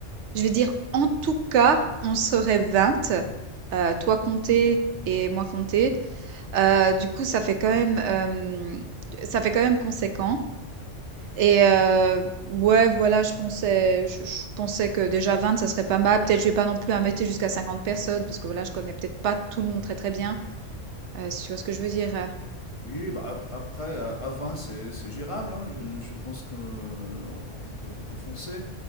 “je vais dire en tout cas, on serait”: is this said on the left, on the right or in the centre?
Right